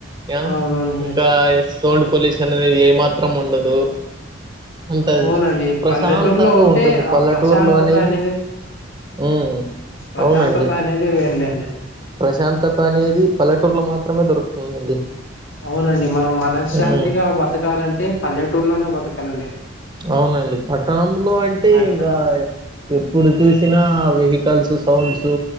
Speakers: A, on the right; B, on the left.
A: ఆ
B: అవునవునండి
A: ఇంకా సోండ్ పొల్యూషన్ ఏ మాత్రం ఉండదు ఉంటది
B: అవునండి
A: ప్రశాంతంగా
B: పల్లెటూరులో ఉంటే
A: ఉంటుంది
B: ఆ
A: పల్లెటూరులోఅనేది
B: ప్రశాంతత అనేది
A: మ్
B: ప్రశాంతత
A: అవునండి
B: అనేది వేర్లేండి
A: ప్రశాంతతనేది పల్లె టుర్లో మాత్రమే దొరుకుతుందండి
B: అవునండి మనం మనశ్శాంతిగా
A: ఉమ్
B: బతకాలంటే పల్లెటూర్లోనే బతకలండి
A: అవ్నండి పట్టణంలో అంటే
B: అట్లన
A: ఇంకా ఎప్పుడు చూసి న వెహికల్స్ సౌండ్స్